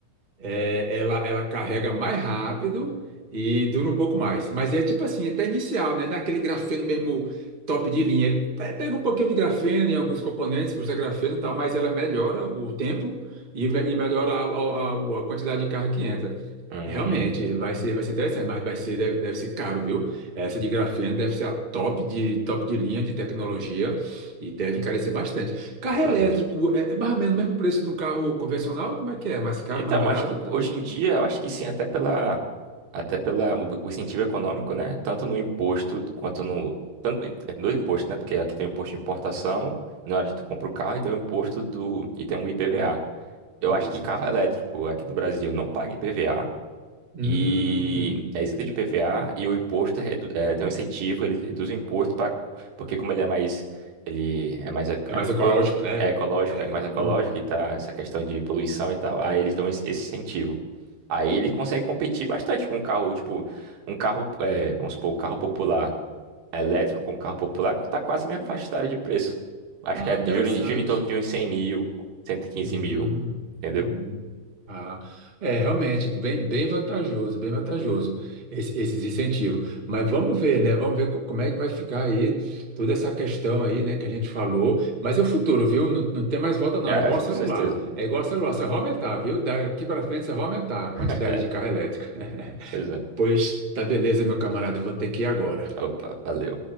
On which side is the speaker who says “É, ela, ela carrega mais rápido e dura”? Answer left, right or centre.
Right